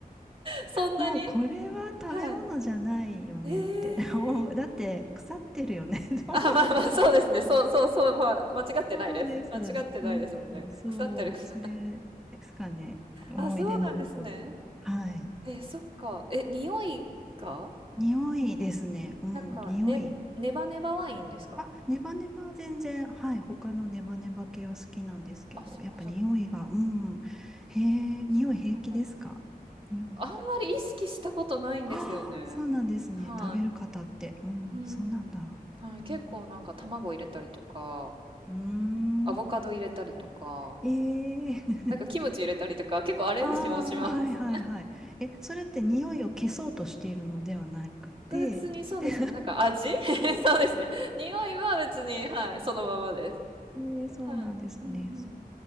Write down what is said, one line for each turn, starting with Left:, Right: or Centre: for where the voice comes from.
Right: そんなに
Centre: もうこれは食べ物じゃないよねって。
Right: はい。ええ
Centre: <laughs> もうだって腐ってるよね <laughs> と思って。
Right: あ、まあまあ、そうですね。そうそうそう、まあ、間違ってないです。
Centre: そうです。
Right: 間違ってないですもんね。
Centre: うん、そう。
Right: 腐ってる、腐
Centre: それですかね。
Right: <laughs>
Centre: 思い出に残る。
Right: あ、そうなんですね。
Centre: はい。
Right: えーそっか。え、匂いが
Centre: 匂いですね。うん、
Right: なんか、
Centre: 匂い。
Right: ね、ネバネバワインですか
Centre: あ、ネバネバは全然、はい。他のネバネバ系は好きなんですけど、
Right: あ、そっかそっか。
Centre: やっぱ匂いが、うん。へえ、
Right: そうなんだ。
Centre: 匂い平気ですか匂い。
Right: あんまり意識したことないんですよね。
Centre: ああ、そうなんですね。
Right: はい。
Centre: 食べる方って。うん、
Right: うん。
Centre: そうなんだ。
Right: はい。結構なんか卵入れたりとか、
Centre: うんうーん。
Right: アボカド入れたりとか、
Centre: ええ <laughs>
Right: なんかキムチ入れたりとか、結構アレンジもします。
Centre: ああ、はいはいはい。え、それって匂いを消そうとしているのではなくて、
Right: 別にそうですね。
Centre: で、
Right: なんか味 <laughs> そうですね。匂いは別に、はい、そのままです。
Centre: <laughs> ええそうなんですね。
Right: はい。うんうん。
Centre: そ